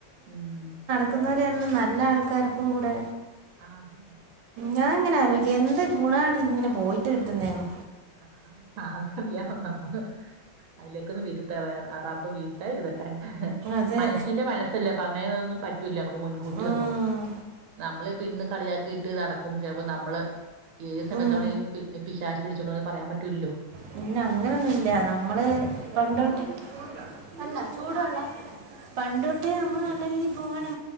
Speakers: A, on the right (about 60°); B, on the right (about 75°).
A: ഉം
B: ക്കുന്നവരന്നെ നല്ല ആൾക്കാർക്കും കൂടെ
A: ആഹ് <unintelligible>
B: ഞാൻ ഇങ്ങനെ ആലോയ്ക്ക എന്ത് ഗുണാണ് ഇങ്ങനെ പോയിട്ട് കിട്ടുന്നെന്ന്
A: ആഹ് ആർക്കറിയാ നമ്മക്ക് അയ്ലേക്കൊന്ന് വിരുത്ത റബ്ബ് വീത്താതെ ഇരി
B: അതെ
A: മനുഷ്യന്റെ മനസ്സല്ലേ പർഞ്ഞേനൊന്നും പറ്റൂല നമുക്ക് മുൻകൂട്ടി
B: ഉം.
A: ഒന്നും നമ്മള് ഇപ്പ ഇന്ന് കളിയാ‌ക്കിട്ട് നടക്കും ചെപ്പോ നമ്മള് ഏത് സമയത്താ
B: ഉം.
A: നമ്മള് പി പിശാച് പിടിച്ചോണ്ട് പോവാ പറയാൻ പറ്റൂലല്ലോ
B: പിന്നെ അങ്ങനൊന്നുല്ല നമ്മള് പണ്ട് തോട്ടേ അല്ല ചൂടുള്ള പണ്ട് തോട്ടേ നമ്മള് നല്ല രീതില് പോവാണെ